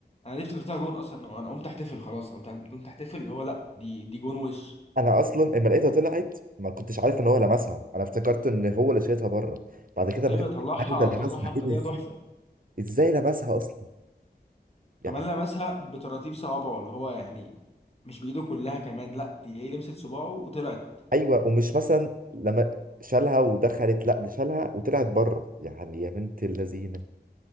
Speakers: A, on the left (about 35°); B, on the right (about 55°).
A: انا ليه افتكرتها جون اصلا انا قمت احتفل خلاص قمت قمت احتفل اللي هو لا دي دي جون وش
B: انا اصلا اما لقيتها طلعت ما كنتش عارف ان هو لمسها انا افتكرت ان هو اللي شايطها بره بعد كده
A: ايوه
B: ما كنت
A: طلعها
B: عارف ده لمسها
A: طلعها بطريقه
B: ايه ده ازاي
A: تحفه
B: ازاي لمسها اصلا يعني
A: كمان لمسها بتراتيب صوابعه اللي هو يعني مش بايده كلها كمان لا دي هي لمست صباعه وطلعت
B: ايوه ومش مثلا لما شالها ودخلت لا ده شالها وطلعت بره يعني يا بنت اللذينه